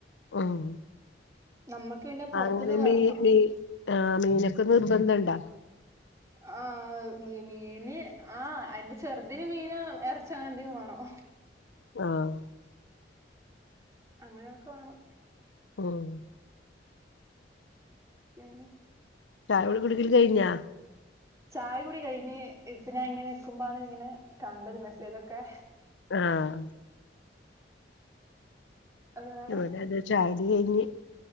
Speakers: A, on the left (about 85°); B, on the right (about 15°).
A: ആഹ്
B: നമ്മക്ക് പിന്നെ പൊറത്തുന്ന്
A: അങ്ങനെ
B: വരണം
A: മീ മീ ആഹ് മീനൊക്കെ നിർബന്ധണ്ടോ?
B: ആഹ് മീന് ആഹ് എന്റെ ചെറ്തിന് മീന് എറച്ചി അങ്ങനെന്തെങ്കി വേണം.
A: ആഹ്
B: അങ്ങനെയൊക്കെ വേണം.
A: ഉം
B: പിന്ഹേ
A: ചായ കുടി കുടിക്കല് കഴിഞ്ഞാ
B: ചായ കുടി കഴിഞ്ഞ് ഇപ്നഇങ്ങനെ നിക്കുമ്പാണ് ഇങ്ങനെ കണ്ടത് മെസ്സേജൊക്കെ
A: ആഹ്
B: അത് വേറെ
A: ഇവിടെ അതെ ചായകുടി കഴിഞ്ഞ്